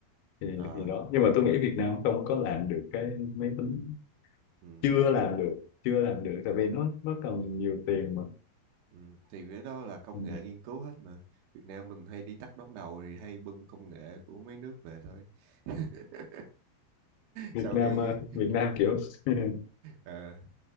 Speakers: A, on the left; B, on the right.
A: thì
B: À,
A: thì đó nhưng mà tôi nghĩ Việt Nam không có làm được cái máy tính
B: ừ,
A: chưa làm được chưa làm được tại vì nó nó cần nhiều tiền mà
B: ừ. Thì cái đó là công
A: ừ.
B: nghệ nghiên cứu hết mà. Việt Nam mình hay đi tắt đón đầu thì hay bưng công nghệ của mấy nước về thôi. <laughs>
A: Việt
B: Sau
A: Nam
B: khi
A: ờ,
B: nghe-
A: Việt Nam kiểu <laughs>
B: à,